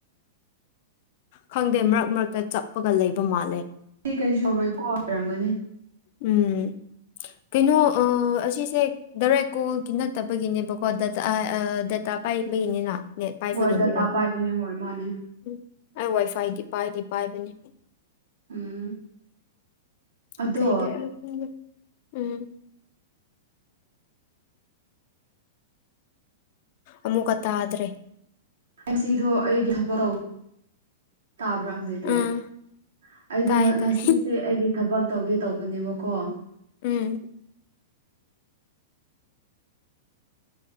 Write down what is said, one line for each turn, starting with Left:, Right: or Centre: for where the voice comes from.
Left: ꯈꯪꯗꯦ ꯃꯔꯛ ꯃꯔꯛꯇ ꯆꯞꯄꯒ ꯂꯩꯕ ꯃꯥꯜꯂꯦ
Right: ꯁꯤ <unintelligible> ꯀꯔꯤꯁꯨ <unintelligible> ꯇꯧꯔꯣꯏ ꯀꯣ ꯑꯣꯏꯔꯝꯒꯅꯤ
Left: ꯎꯝ ꯀꯩꯅꯣ ꯑ ꯑꯁꯤꯁꯦ ꯗꯥꯔꯦꯛ ꯀꯣꯜꯒꯤ ꯅꯠꯇꯕꯒꯤꯅꯦꯕꯀꯣ ꯗꯇꯥ ꯑ ꯗꯇꯥ ꯄꯥꯏꯕꯒꯤꯅꯤꯅ ꯅꯦꯠ ꯄꯥꯏꯕꯒꯤꯅꯤꯅꯀꯣ
Right: ꯍꯣꯏ ꯗꯇꯥ ꯄꯥꯏꯕꯅꯦ ꯍꯣꯏ ꯃꯥꯅꯦ
Left: ꯎꯝ ꯑꯩ ꯋꯥꯏ ꯐꯥꯏꯗꯤ ꯄꯥꯏꯗꯤ ꯄꯥꯏꯕꯅꯦ
Right: ꯎꯝ ꯑꯗꯣ
Left: <unintelligible>
Right: ꯑꯩ
Left: ꯎꯝ ꯑꯃꯨꯛꯀ ꯇꯥꯗ꯭ꯔꯦ
Right: ꯑꯦꯝꯁꯤꯗꯣ <unintelligible> ꯑꯩꯒꯤ ꯊꯕꯛ ꯇꯧ <unintelligible> ꯇꯥꯕ꯭ꯔꯥ ꯍꯧꯖꯤꯛꯇꯤ
Left: ꯎꯝ
Right: <unintelligible> ꯑꯩꯗꯣ
Left: ꯇꯥꯏ
Right: ꯉ
Left: ꯇꯥꯏ
Right: ꯉꯁꯤꯁꯦ ꯑꯩꯒꯤ ꯊꯕꯛ ꯇꯧꯒꯦ ꯇꯧꯕꯅꯦꯕꯀꯣ
Left: ꯎꯝ